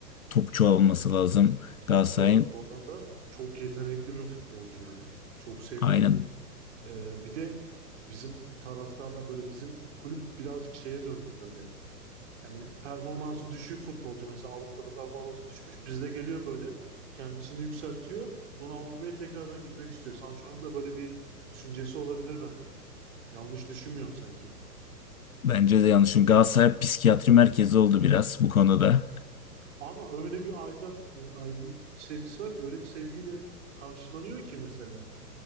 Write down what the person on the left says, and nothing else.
topçu alması lazım Galatasaray'ın.
Aynen.
Bence de yanlış. Çünkü Galatasaray psikiyatri merkezi oldu biraz bu konuda.